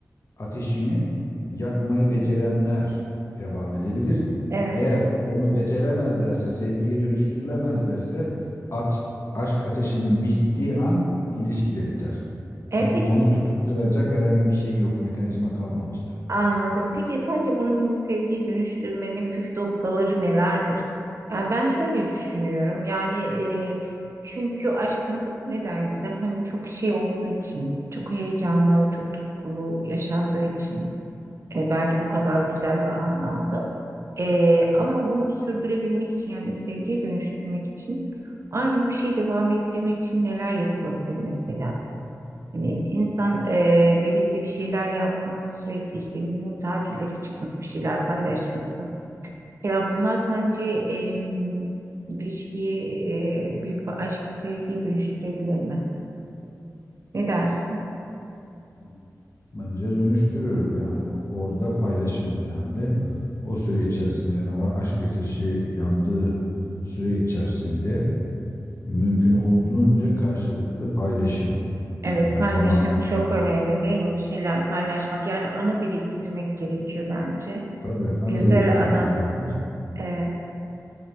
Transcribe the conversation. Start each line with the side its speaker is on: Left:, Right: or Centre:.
Left: ateşini yakmayı becerenler devam edebilir.
Right: Evet.
Left: Eğer onu beceremezlerse, sevgiye dönüştürülemezlerse at, aşk ateşinin bittiği an ilişki de biter.
Right: E,
Left: Çünkü
Right: peki
Left: onu
Right: s-
Left: tutuşturacak herhangi bir şey yok, mekanizma kalmamıştır.
Right: anladım. Peki sence bunu hani sevgiye dönüştürmenin püf noktaları nelerdir? Ya ben şöyle düşünüyorum. Yani e, çünkü aşk ne- neden güzel? Hani çok şey olduğu için, çok heyecanlı, çok tutkulu yaşandığı için. E, belki bu kadar güzel ve anlamlı. Ee, ama bunu sürdürebilmek için yani sevgiye dönüştürmek için aynı bu şeyi devam ettirmek için neler yapılabilir mesela? Hani insan e, birlikte bir şeyler yapması sürekli işte ne bileyim tatillere çıkması bir şeyler paylaşması falan bunlar sence e, ilişkiyi e, büyük bir aşk sevgiye dönüştürebilir mi? Ne dersin?
Left: Yani bence dönüştürür. Yani orada paylaşım önemli. O süre içerisinde yani o aşk ateşi yandığı süre içerisinde mümkün olduğunca karşılıklı paylaşım.
Right: Evet
Left: Yani
Right: paylaşım
Left: zamanı,
Right: çok önemli değil mi? Bir şeyler paylaşmak yani anı biriktirmek gerekiyor bence.
Left: tabii anı
Right: Güzel
Left: biriktirmek
Right: anı
Left: gerekir.
Right: evet.